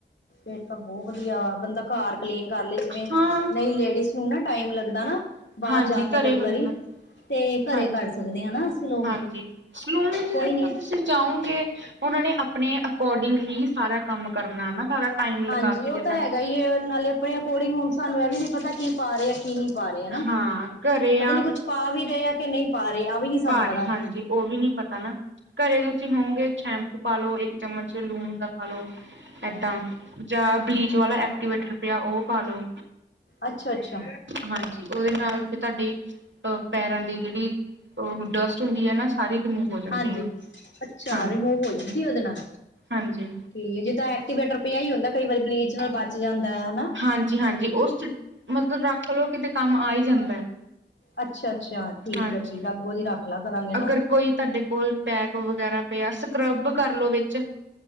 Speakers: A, on the left; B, on the right.
A: ਫੇ ਤਾਂ ਬਹੁਤ ਵਧੀਆ ਵੇ ਬੰਦਾ ਘਰ ਕਲੀਨ ਕਰ ਲਏ ਜਿਵੇਂ,
B: ਹਾਂ
A: ਨਹੀਂ ਲੇਡੀਜ਼ ਨੂੰ ਨਾ ਟਾਈਮ ਲੱਗਦਾ ਨਾ ਬਾਹਰ
B: ਹਾਂਜੀ
A: ਜਾਣ ਦਾ
B: ਘਰੇ
A: ਕਈ
B: ਹੋ
A: ਵਾਰੀ,
B: ਜਾਂਦਾ
A: ਤੇ ਘਰੇ
B: ਹਾਂਜੀ
A: ਕਰ ਸਕਦੇ ਹਨਾ, ਅਸੀਂ ਲੋ
B: ਹਾਂਜੀ ਸਲੂਨ ਚ
A: ਕੋਈ
B: ਦੇਖੋ
A: ਨੀ
B: ਤੁਸੀਂ ਜਾਓਗੇ ਉਹਨਾਂ ਨੇ ਆਪਣੇ ਅਕੋਰਡਿੰਗ ਹੀ ਸਾਰਾ ਕੰਮ ਕਰਨਾ ਸਾਰਾ ਟੈਮ
A: ਹਾਂਜੀ
B: ਲਗਾ ਕੇ
A: ਉਹ
B: ਜਿਦਾ
A: ਤਾਂ ਹੈਗਾ ਹੀ ਨਾਲੇ ਆਪਣੇ ਅਕੋਰਡਿੰਗ ਹੁਣ ਸਾਨੂੰ ਇਹ ਵੀ ਨੀ ਪਤਾ ਕੀ ਪਾ ਰਹੇ ਆ ਕੀ ਨਹੀਂ, ਪਾ ਰਹੇ ਹਨਾ,
B: ਹਾਂ ਘਰੇ
A: ਪਤਾ ਨੀ ਕੁੱਛ ਪਾ ਵੀ ਰਹੇ ਆ ਕਿ ਨਹੀਂ ਪਾ ਰਹੇ ਆ ਵੀ ਨੀ ਸਾਨੂੰ
B: ਭਾਰੇ
A: ਪਤਾ
B: ਹਾਂਜੀ ਉਹ ਵੀ ਨੀ ਪਤਾ ਨਾ, ਘਰੇ ਤੁਸੀਂ ਹੋਵਗੇ ਸ਼ੈਂਪੂ ਪਾਲੋ, ਇੱਕ ਚਮਚ ਲੂਣ ਦਾ ਪਾਲੋ। ਏਦਾਂ ਜਾਂ ਬਲੀਚ ਵਾਲਾ ਐਕਟੀਵੇਟਰ ਪਿਆ ਉਹ ਪਾਲੋ।
A: ਅੱਛਾ-ਅੱਛਾ
B: ਹਾਂਜੀ, ਉਹਦੇ ਨਾਲ ਫਿਰ ਤੁਹਾਡੇ ਅਹ ਪੈਰਾਂ ਦੀ ਜਿਹੜੀ ਉਹ ਡਸਟ ਹੁੰਦੀ ਹੈ ਨਾ ਸਾਰੀ, ਰਿਮੂਵ ਹੋ ਜਾਂਦੀ
A: ਹਾਂਜੀ,
B: ਹੈ
A: ਅੱਛਾ
B: ਹਾਂਜੀ
A: ਰਿਮੂਵ ਹੋ ਜਾਂਦੀ ਉਹਦੇ ਨਾਲ।
B: ਹਾਂਜੀ
A: ਠੀਕ ਜਿੱਦਾਂ ਐਕਟੀਵੇਟਰ ਪਿਆ, ਹੀ ਹੁੰਦਾ ਕਈ ਵਾਰੀ ਬਲੀਚ ਨਾਲ ਬਚ ਜਾਂਦਾ। ਹੈ ਹਨਾ।
B: ਹਾਂਜੀ-ਹਾਂਜੀ, ਉਸ ਚ ਮਤਲਬ ਰੱਖ ਲਓ ਕਿਤੇ ਕੰਮ ਆ ਹੀ ਜਾਂਦਾ ਹੈ।
A: ਅੱਛਾ-ਅੱਛਾ ਠੀਕ
B: ਹਾਂਜੀ
A: ਹੈ ਠੀਕ ਆ, ਅੱਗ ਉਹਦੀ ਰੱਖ। ਲਾ ਕਰਾਂਗੇ ਨਾ
B: ਅਗਰ ਕੋਈ ਤੁਹਾਡੇ ਕੋਲ ਪੈਕ ਵਗੈਰਾ ਪਿਆ, ਸਕਰੱਬ ਕਰਲੋ ਵਿੱਚ